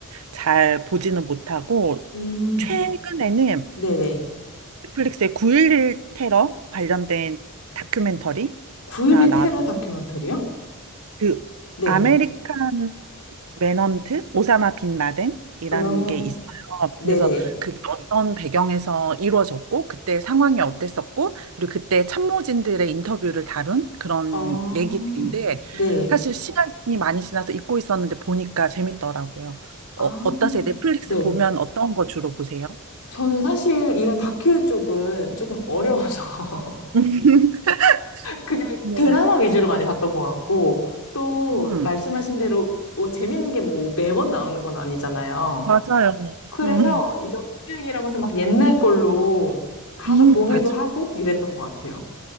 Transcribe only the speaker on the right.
잘 보지는 못하고,
최근에는
넷플릭스의 9.11 테러 관련된 다큐멘터리가
나왔고,
그
아메리칸 매넌트 오사마 빈 라덴이라는
게 있어요.
그래서 그게 어떤 배경에서 이루어졌고, 그때 상황이 어땠었고, 그리고 그때 참모진들의 인터뷰를 다룬 그런
얘기들인데,
사실 시간이 많이 지나서 잊고 있었는데 보니까 재밌더라고요.
어, 어떠세요? 넷플릭스
보면 어떤 거 주로 보세요?
<laughs>
네.
음,
맞아요.
음,
음,
맞아.